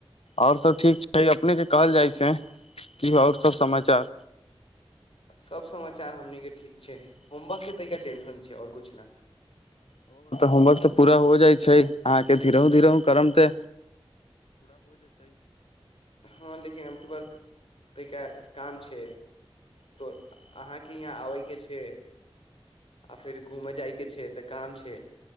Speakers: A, on the left; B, on the left.
A: आओर सब ठीक छै अपने के कहल जाइ छै कि आओर सब समाचार
B: सब समाचार हमन के ठीक छै
A: तऽ
B: होमवर्क के तैका टेंशन छै आओर कुछ न
A: होमवर्क तऽ पूरा हो जाइ छै अहाँके धीर धीर त
B: हँ लेकिन आके बात ताहिके काम छै तो अहाँके यहाँ आबैके छै आ फेर घूमै जाइके छै तऽ काम छै